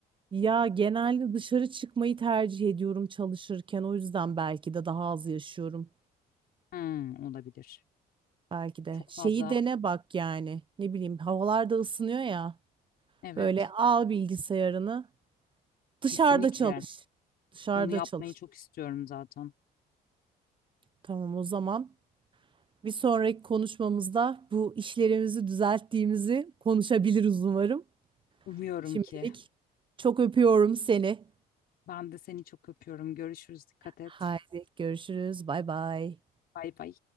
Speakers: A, on the right; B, on the left.
A: Ya genelde dışarı çıkmayı tercih ediyorum çalışırken. O yüzden belki de daha az yaşıyorum.
B: Hmm, olabilir.
A: Belki de.
B: Çok
A: Şeyi
B: fazla.
A: dene bak yani. Ne bileyim havalar da ısınıyor ya.
B: Evet.
A: Böyle al bilgisayarını.
B: Kesinlikle.
A: Dışarıda çalış. Dışarıda
B: Onu yapmayı
A: çalış.
B: çok istiyorum zaten.
A: Tamam o zaman. Bir sonraki konuşmamızda bu işlerimizi düzelttiğimizi konuşabiliriz umarım.
B: Umuyorum
A: Şimdilik
B: ki.
A: çok öpüyorum seni.
B: Ben de seni çok öpüyorum. Görüşürüz. Dikkat et.
A: Haydi görüşürüz. Bay bay.
B: Bay bay.